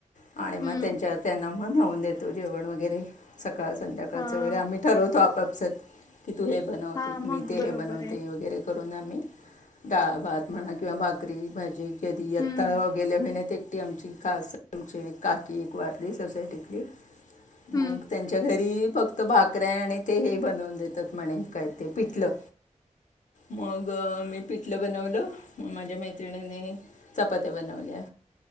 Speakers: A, on the left; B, on the left.
A: आणि मग
B: हं.
A: त्यांच्यावर त्यांना मग लावून देतो जेवण वगैरे स काळ संध्याकाळच
B: हां.
A: वगैरे आम्ही ठरवतो आपापसात. की तू हे बनवतो
B: हां. मग
A: मी ते
B: बरोबर
A: हे बनवते
B: आहे.
A: वगैरे. करून आम्ही डाळ, भात म्हणा किंवा भाकरी, भाजी कधी यत्ता
B: हं.
A: गेल्या महिन्यात एकटी आमची कास तुमची काकी एक वारली सोसायटीतली
B: हं,
A: मग त्यांच्या घरी फक्त भाकऱ्या आणि ते हे बनवून देतात म्हणे काय ते पिटलं. मग मी पिठलं बनवलं. मग माझ्या मैत्रिणीनी चपात्या बनवल्या.